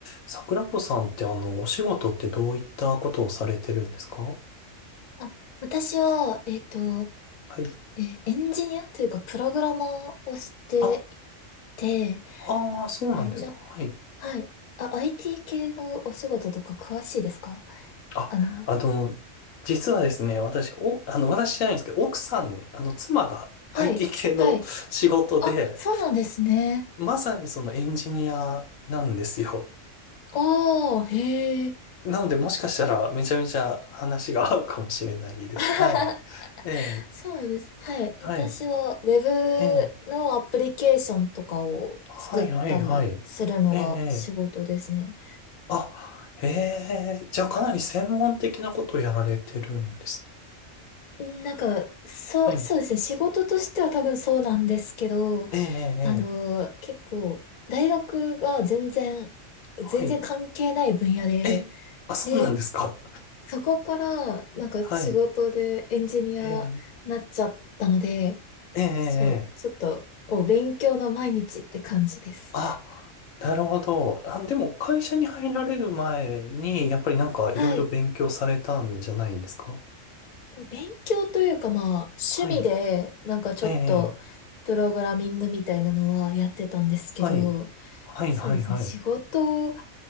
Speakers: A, on the left; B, on the left.
A: 桜子さんってあの、お仕事ってどういったことをされてるんですか
B: あ私は、えっと、
A: はい。
B: え、エンジニアというか、プログラマーをしてい
A: あ、
B: て、
A: ああ、そうなんですか。
B: はい、な、
A: はい。
B: はい。あ、IT 系のお仕事とか詳しいですか
A: あ、
B: あの、
A: あの、実はですね、私、お、あの、私じゃないんですけど、奥さん、あの、妻が
B: はい、
A: IT 系の仕事で、
B: はい。あ、そうなんですね。
A: まさにそのエンジニアなんですよ。
B: ああ、へえ。
A: なので、もしかしたらめちゃめちゃ話が合うかもしれないです。
B: <laughs>
A: はい。ええ、
B: そうです。はい。
A: はい。
B: 私は Web
A: ええ、
B: のアプリケーションとかを作ったりするのが仕事ですね。
A: はい、はい、はい。ええ、えあ、ええ、じゃあかなり専門的なことをやられてるんですね。
B: なんか、そう、
A: はい。
B: そうですね。仕事としては多分そうなんですけど、
A: ええ、ええ、
B: あの、
A: ええ
B: 結構、大学が全然、
A: はい。
B: 全然関係ない分野で、
A: え、あ、そうなんですか。
B: で、そこから、なんか仕事でエンジニアになっちゃったので、
A: <laughs> はい。ええ、ええ、ええ、
B: そう、
A: ええ
B: ちょっと、お、勉強の毎日って感じです。
A: あ、なるほど。あ、でも会社に入られる前に、やっぱりなんかいろいろ勉強されたんじゃないんですか
B: はい。勉強というかまあ、
A: はい。
B: 趣味で、なんかちょっと、
A: ええ、ええ
B: プログラミングみたいなのはやってたんですけど、
A: はい。はい、
B: そうですね。
A: はい、はい。
B: 仕事、